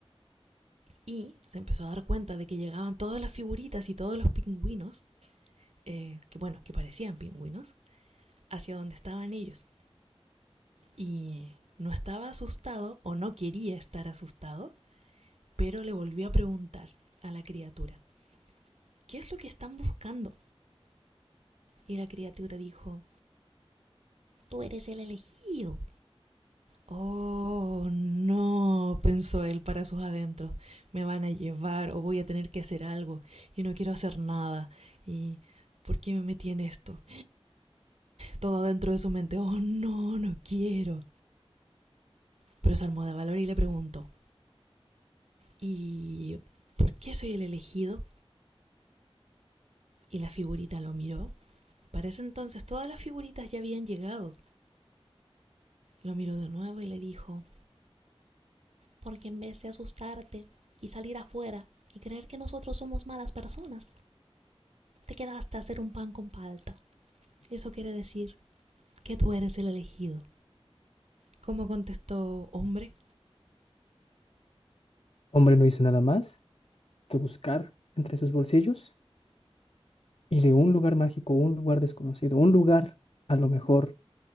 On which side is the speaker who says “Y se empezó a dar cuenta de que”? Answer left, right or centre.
Right